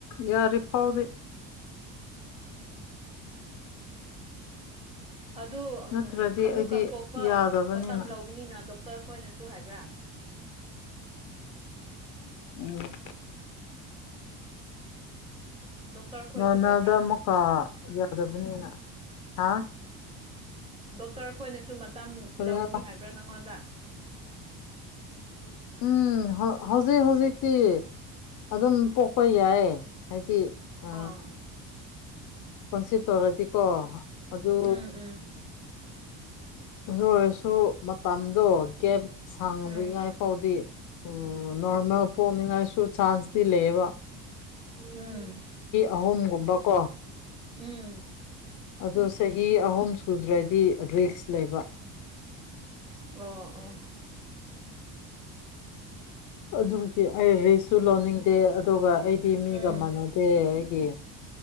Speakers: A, on the left (about 60°); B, on the right (about 15°).
A: ꯌꯥꯔꯤ ꯐꯥꯎꯗꯤ
B: ꯎꯝ ꯑꯗꯨ
A: ꯅꯠꯇ꯭ꯔꯗꯤ
B: ꯑꯃꯨꯛꯀ
A: ꯑꯩꯗꯤ
B: ꯄꯣꯛꯄ
A: ꯌꯥꯗꯕꯅꯤꯅ
B: ꯃꯇꯝ ꯂꯧꯒꯅꯤꯅ ꯗ ꯗꯣꯛꯇꯔ ꯈꯣꯏꯅꯁꯨ ꯍꯥꯏꯕ꯭ꯔꯥ
A: ꯎꯝ
B: ꯗꯣꯛꯇꯔ ꯈꯣꯏꯁꯨ
A: ꯅꯣꯔꯃꯦꯜꯗ
B: ꯍꯥꯏꯕ꯭ꯔꯥ
A: ꯑꯃꯨꯛꯀꯥ ꯌꯥꯗꯕꯅꯤꯅ ꯍꯥ
B: ꯗꯣꯛꯇꯔ ꯈꯣꯏꯅꯁꯨ ꯃꯇꯝ
A: ꯀꯔꯤ
B: ꯂꯧꯒꯅꯤ
A: ꯍꯥꯏꯕ
B: ꯍꯥꯏꯕ꯭ꯔꯥ ꯅꯪꯉꯣꯟꯗ ꯎ <unintelligible>
A: ꯎꯝ ꯍꯧꯖꯤꯛ ꯍꯧꯖꯤꯛꯇꯤ ꯑꯗꯨꯝ ꯄꯣꯛꯄ ꯌꯥꯏ ꯍꯥꯏꯗꯤ ꯑ
B: ꯑꯥ
A: ꯀꯣꯟꯁꯤꯞ ꯇꯧꯔꯗꯤꯀꯣ ꯑꯗꯨ
B: ꯎꯝ ꯎꯝ
A: ꯑꯗꯨ ꯑꯣꯏꯔꯁꯨ ꯃꯇꯝꯗꯣ ꯒꯦꯞ ꯁꯥꯡꯗ꯭ꯔꯤꯉꯥꯏ
B: ꯎꯝ
A: ꯐꯥꯎꯗꯤ ꯑꯣ ꯅꯣꯔꯃꯦꯜ ꯄꯣꯛꯅꯤꯡꯉꯥꯏꯁꯨ ꯆꯥꯟꯁꯇꯤ ꯂꯩꯌꯦꯕ
B: ꯎꯝ
A: ꯑꯍꯨꯝꯒꯨꯝꯕꯀꯣ
B: ꯎꯝ
A: ꯑꯗꯣ ꯆꯍꯤ ꯑꯍꯨꯝ ꯁꯨꯗ꯭ꯔꯗꯤ ꯔꯤꯛꯁ ꯂꯩꯕ
B: ꯑꯣ ꯑꯣ
A: ꯑꯗꯨꯒꯤ ꯑꯩ ꯔꯤꯁꯁꯨ ꯂꯧꯅꯤꯡꯗꯦ ꯑꯗꯨꯒ ꯑꯩꯗꯤ ꯃꯤꯒ
B: ꯎꯝ
A: ꯃꯥꯟꯅꯗꯦ ꯑꯩꯒꯤ